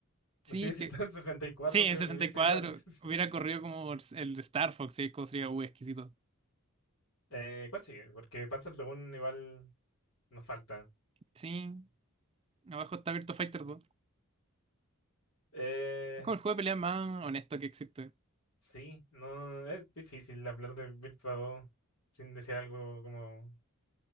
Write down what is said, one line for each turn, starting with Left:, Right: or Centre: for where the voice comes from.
Right: Sí,
Left: Si hubiese
Right: que...
Left: estado en sesenta y cuatro
Right: Sí, en
Left: creo
Right: sesenta
Left: que hubiese
Right: y cuatro
Left: ido a los <laughs> 60.
Right: hubiera corrido como el Star Fox, sí, como sería, uh, exquisito.
Left: Eh, ¿cuál sigue? Porque Panzer Dragoon igual nos falta.
Right: Sí, abajo está Virtua Fighter dos.
Left: Eh,
Right: Es como el juego de pelea más honesto que existe.
Left: sí, no, es difícil hablar de Virtua 2 sin decir algo como